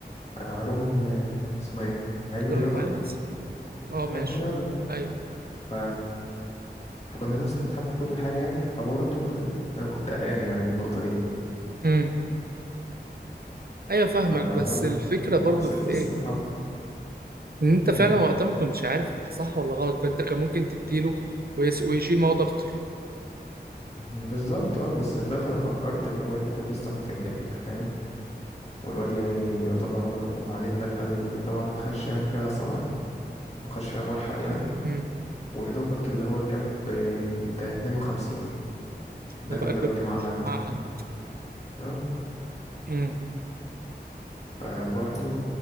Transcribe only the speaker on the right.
لهم
حاسب اه ماشي
ايوه
امم ايوه فاهمك
بس الفكره برضو
في ايه
ان انت فعلا
وقتها ما كنتش عارف انت صح ولا غلط فانت كان ممكن تديله ويس- ويشيل مواد اكتر
امم
اللي هو انت
بتخش
معهد
امم